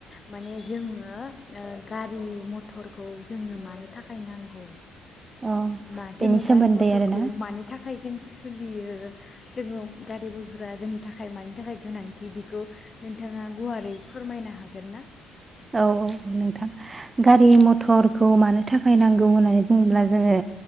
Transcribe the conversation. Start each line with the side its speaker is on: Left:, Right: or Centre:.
Left: माने जोंङो ओ गारि मथरखौ जोंनो मानो थाखाय नांगौ
Right: अ
Left: बा जोंङो
Right: बेनि सोमोन्दै
Left: गारि मथरखौ
Right: आरोना
Left: मानि थाखाय जों सोलियो जोंङो गारि बयबो फोरा जोंनि थाखाय मानि थाखाय गोनांथि बेखौ नोंथाङा गुवारै फोरमायनो हागोन ना?
Right: औ औ नोंथां। गारि मथरखौ मानो थाखाय नांगौ होननानै बुंङोब्ला जोंङो